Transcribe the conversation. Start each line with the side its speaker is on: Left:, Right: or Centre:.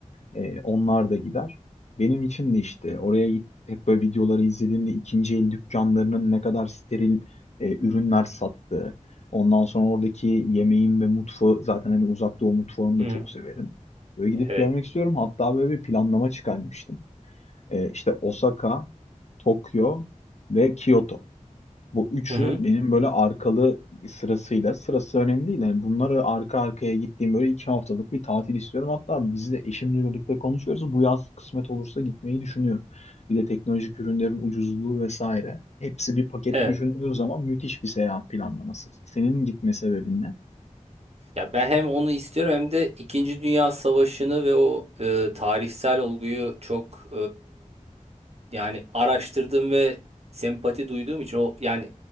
Left: Ee, onlar da gider. Benim için de işte oraya git hep böyle videoları izlediğimde ikinci el dükkanlarının ne kadar steril e, ürünler sattığı. Ondan sonra oradaki yemeğin ve mutfağı zaten hani uzak doğu mutfağını da
Right: Hı.
Left: çok severim. Böyle gidip
Right: Evet.
Left: görmek istiyorum. Hatta böyle bir planlama çıkarmıştım. Ee, işte Osaka, Tokyo ve Kyoto. Bu üçü
Right: Hı hı.
Left: benim böyle arkalı sırasıyla sırası önemli değil. Yani bunları arka arkaya gittiğim böyle iki haftalık bir tatil istiyorum. Hatta biz de eşimle birlikte konuşuyoruz. Bu yaz kısmet olursa gitmeyi düşünüyorum. Bir de teknolojik ürünlerin ucuzluğu vesaire. Hepsi bir paket
Right: Evet.
Left: düşündüğün zaman müthiş bir seyahat planlaması. Senin gitme sebebin ne?
Right: Ya ben hem onu istiyorum hem de İkinci Dünya Savaşı'nı ve o e, tarihsel olguyu çok yani araştırdım ve sempati duyduğum için o yani